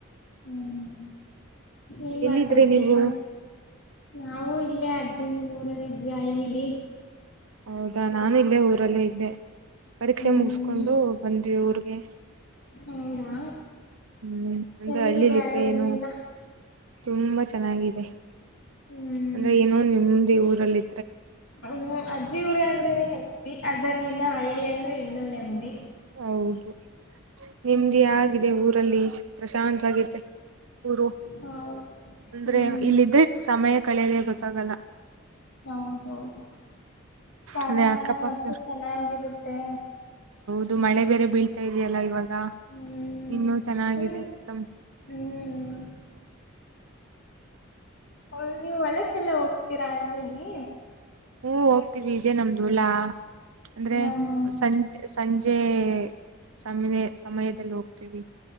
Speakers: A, on the left; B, on the right.
A: ಹ್ಮ್, ಏನ್ ಮಾಡ್ತಾ
B: ಎಲ್ಲಿದ್ರಿ
A: ಇದ್ರಿ
B: ನೀವು
A: ಸ್ಲ್ಪ <unintelligible> ನಾವು ಇಲ್ಲೇ ಅಜ್ಜಿ ಊರಲ್ಲಿ ಇದ್ವಿ ಹಳ್ಳಿಲ್ಲಿ.
B: ಹೌದಾ, ನಾನು ಇಲ್ಲೇ ಊರಲ್ಲೇ ಇದ್ದೆ. ಪರೀಕ್ಷೆ
A: ಹ್ಮ್
B: ಮುಗಸ್ಕೊಂಡು ಬಂದ್ವಿ ಊರ್ಗೆ.
A: ಹೌದಾ,,
B: ಹ್ಮ್, ಅಂದ್ರ
A: ಹೆಂಗಿದೆ
B: ಹಳ್ಳಲಿ ಇದ್ರೆ
A: ಹಳ್ಳಿ
B: ಏನು
A: ಜೀವನ
B: ತುಂಬಾ ಚೆನ್ನಾಗಿದೆ.
A: ಹ್ಮ್
B: ಅಂದ್ರೆ ಏನೋ ನೆಮ್ಮದಿ ಊರಲ್ಲಿ.
A: ಹ್ಮ್, ಅಜ್ಜಿ ಊರ ಅಂದ್ರೆನೆ ನೆಮ್ದಿ. ಅದರಲ್ಲಿನ ಹಳ್ಳಿ ಅಂದ್ರೆ ಇನ್ನುೂ ನೆಮ್ಮದಿ.
B: ಹೌದು. ನಿಮ್ದಿ
A: ಹ್ಮ್
B: ಆಗಿದೆ ಊರಲ್ಲಿ ಪ್ರಶಾಂತವಾಗತ್ತೆ. ಊರು.
A: ಹೌದು
B: ಅಂದ್ರೆ
A: ಹ್ಮ್
B: ಇಲ್ಲಿದ್ರೆ ಸಮಯ ಕಳೆಯದೆ ಗೊತ್ತಾಗಲ್ಲ.
A: ಹೌದೌದು. ವಾತಾವರಣ
B: ಅಂದ್ರೆ ಅಕ್ಕಪಕ್ಕದವ್ರು
A: ಅಷ್ಟು ಚೆನ್ನಾಗಿರುತ್ತೆ.
B: ಇದು ಮಳೆ ಬೇರೆ ಬೀಳ್ತಾ ಇದೆಯಲ್ಲ ಇವಾಗ.
A: ಹ್ಮ್
B: ಇನ್ನು ಚೆನ್ನಾಗಿದೆ
A: ನನ್
B: ತ
A: ಹ್ಮ್ ಹ, ನೀವು್ಹೊಲಕ್ಕೆಲ್ಲ ಹೋಗ್ತೀರಾ ಹಳ್ಳೀಲಿ.,
B: ಹೂ, ಹೋಗ್ತವಿ ಇದೆ ನಮ್ದು ಹೋಲ ಅಂದ್ರೆ
A: ಹಾ ಹಾ
B: ಸಂಜ ಸಂಜೆ ಸಮನೆ <unintelligible> ಸಮಯದಲ್ಲಿ ಹೋಗ್ತೀವಿ.